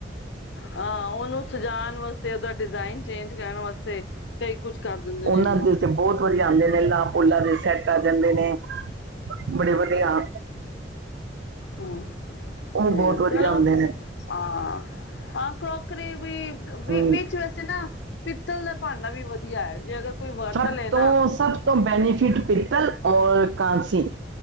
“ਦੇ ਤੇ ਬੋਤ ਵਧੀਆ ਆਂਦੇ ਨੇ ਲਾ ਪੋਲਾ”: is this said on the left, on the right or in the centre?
Right